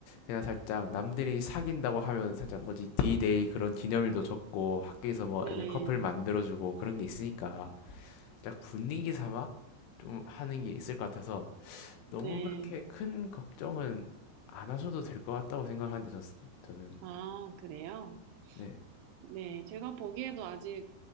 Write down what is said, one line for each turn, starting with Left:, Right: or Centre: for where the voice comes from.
Left: 그냥 살짝 남들이 사귄다고 하면 살짝 뭐지 D-Day 그런 기념일도 적고 학교에서 뭐
Right: 네,
Left: 애들 커플 만들어주고 그런 게 있으니까 살짝 분위기 삼아 좀 하는 게 있을 것 같아서
Right: 네.
Left: 너무 그렇게 큰 걱정은 안 하셔도 될 것 같다고 생각하는데 저, 저는
Right: 아, 그래요?
Left: 네.
Right: 네, 제가 보기에도 아직